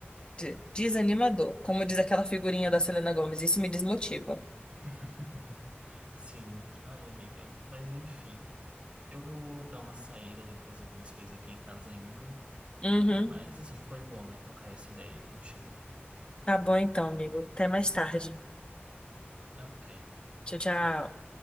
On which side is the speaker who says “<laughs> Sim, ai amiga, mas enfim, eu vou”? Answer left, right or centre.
Right